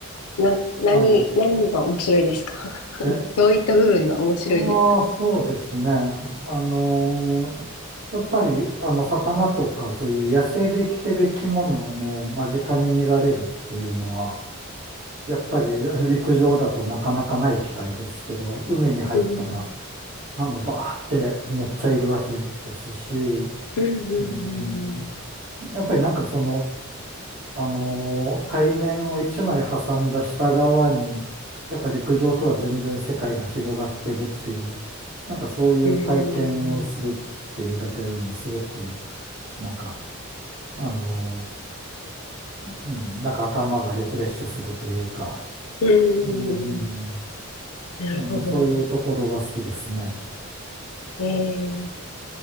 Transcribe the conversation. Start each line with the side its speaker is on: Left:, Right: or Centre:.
Left: な、何、
Right: はい。
Left: 何が面白いですか <laughs>
Right: え、
Left: どういった部分が面白いですか
Right: ああ、そうですね。あのーやっぱり、あの、魚とか、そういう野生で生きてる生き物をもう間近に見られるっていうのは、やっぱり陸上だとなかなかない機会ですけど、海に入ったら、
Left: うん。
Right: あの、バーってめっちゃいるわけですし、
Left: うん、うん、
Right: うん、
Left: うん、
Right: やっぱりなんかその、あのー海面を一枚挟んだ下側に、やっぱり陸上とは全然世界が広がってるっていう、なんかそういう体験をするっていうだけでもすごく、
Left: うん。
Right: なんか、あのーうん、なんか頭がリフレッシュするというか、
Left: うん。
Right: あのうん、
Left: うんなるほど。
Right: あのそういうところが好きですね。
Left: えー、